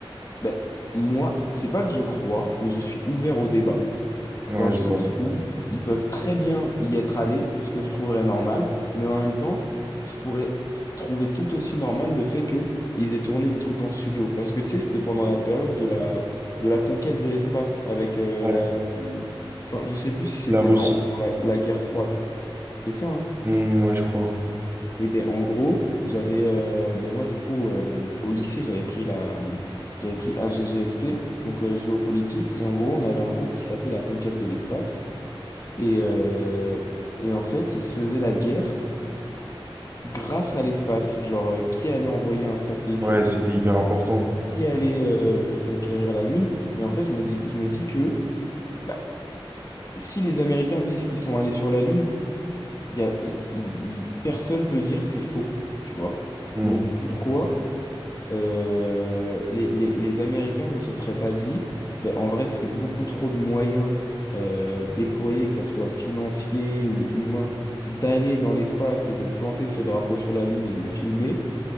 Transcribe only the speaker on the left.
ben, moi, c'est pas que je crois, mais je suis ouvert au débat.
Dans le
sens
où ils peuvent très bien y être allés, ce que je trouverais normal, mais en même temps, je pourrais trouver tout aussi normal le fait que ils aient tourné le truc en studio. Parce que tu sais, c'était pendant la période de la, de la conquête de l'espace avec euh,
la, la- hum, Enfin, je sais plus si c'était
vraiment pendant la, la guerre froide. C'était ça, hein
et ben en gros, j'avais euh, ben moi du coup euh, au lycée, j'avais pris la euh, j'avais pris HGGSP, donc euh, géopolitique et en gros, on avait un cours qui s'appelait la conquête de l'espace et euh, et en fait, il se faisait la guerre grâce à l'espace, genre euh, qui allait envoyer un satellite
le plus
loin,
qui allait euh, conquérir la Lune et en fait, je me dis je me dis que bah, si les Américains disent qu'ils sont allés sur la Lune, il y a il- il- il- personne peut dire c'est faux, tu vois.
Donc pourquoi euh, les, les- les Américains ne se seraient pas dit, ben, en vrai, c'est beaucoup trop de moyens euh, déployés, que ça soit financier ou humain, d'aller dans l'espace et de planter ce drapeau sur la Lune et de filmer.